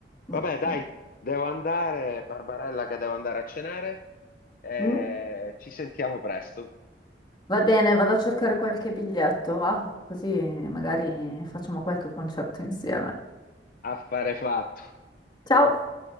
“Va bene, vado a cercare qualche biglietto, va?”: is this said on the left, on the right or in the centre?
Left